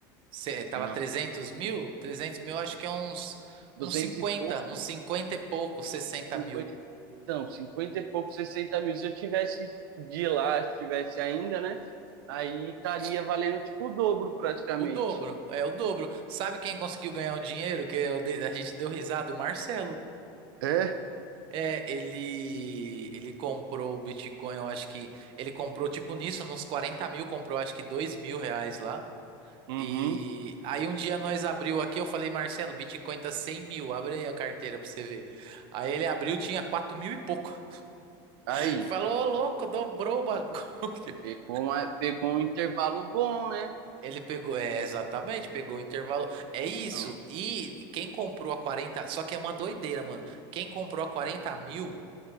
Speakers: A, on the right; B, on the right.
A: cê- tava
B: não,
A: trezentos mil, trezentos mil, eu acho que é uns,
B: 200
A: uns 50,
B: e pouco,
A: uns 50 e pouco, 60
B: 50,
A: mil.
B: não, 50 e pouco, 60 mil. Se eu tivesse de lá, se tivesse ainda, né? Aí estaria valendo tipo o dobro praticamente.
A: O dobro, é o dobro. Sabe quem conseguiu ganhar o dinheiro que eu dei- a gente deu risada? O Marcelo.
B: É?
A: É, ele, ele comprou o Bitcoin, eu acho que. Ele comprou, tipo, nisso, uns 40 mil, comprou acho que 2 mil reais lá.
B: Uhum.
A: E aí um dia nós abriu aqui, eu falei, Marcelo, o Bitcoin tá 100 mil, abre aí a carteira pra você ver. Aí ele abriu, tinha 4 mil e pouco. <laughs>
B: Aí,
A: Falou, ô louco, dobrou o bagulho. <laughs>
B: pegou, uma, pegou um intervalo bom, né?
A: Ele pegou, é, exatamente, pegou o intervalo. É isso.
B: Não.
A: E quem comprou a 40, só que é uma doideira, mano. Quem comprou a 40 mil.